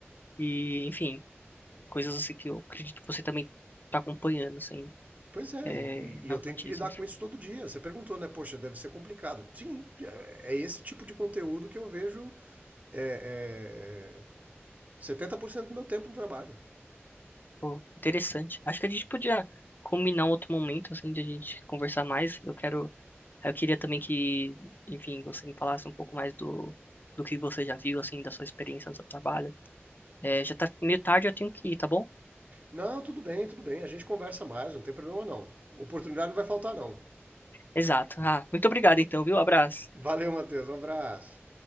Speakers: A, on the left (about 45°); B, on the right (about 35°).
A: e, enfim, coisas assim que eu acredito que você também tá acompanhando, assim,
B: Pois é,
A: é,
B: e, e
A: nas
B: e eu tenho
A: notícias.
B: que lidar com isso todo dia. Você perguntou, né? Poxa, deve ser complicado. Sim, é é esse tipo de conteúdo que eu vejo é, é, 70% do meu tempo no trabalho.
A: Pô, interessante. Acho que a gente podia combinar um outro momento, assim, de a gente conversar mais. Eu quero, eu queria também que, enfim, você me falasse um pouco mais do, do que você já viu, assim, da sua experiência no seu trabalho. É, já tá meio tarde, eu tenho que ir, tá bom?
B: Não, tudo bem, tudo bem. A gente conversa mais, não tem problema não. Oportunidade não vai faltar, não.
A: Exato. Ah, muito obrigado, então, viu? Abraço.
B: Valeu, Matheus. Um abraço.